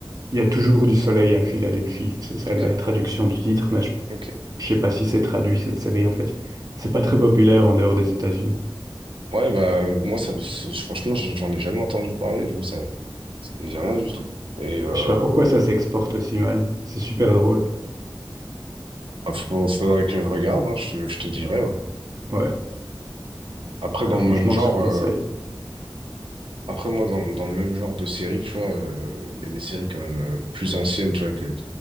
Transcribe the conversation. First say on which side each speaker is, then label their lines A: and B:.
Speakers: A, on the right; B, on the right.
A: Il y a toujours du soleil à Philadelphie. C'est ça
B: Ok.
A: la traduction du titre, mais je,
B: Ok.
A: je sais pas si c'est traduit cette série en fait. C'est pas très populaire en dehors des États-Unis.
B: Ouais, bah, euh, moi, ça, c'est- franchement, j'en j'en ai jamais entendu parler, du coup, ça, ça me dit rien du tout. Et euh,
A: Je sais pas pourquoi
B: ouais,
A: ça s'exporte aussi mal. C'est super drôle.
B: bah, faut- faudrait que je regarde, hein, je, je te dirais, ouais.
A: Ouais,
B: Après,
A: Ah,
B: dans
A: franchement,
B: le même genre,
A: je conseille.
B: euh, Après, moi, dans, dans le même genre de série, tu vois, euh, il y a des séries quand même euh, plus anciennes, tu vois, que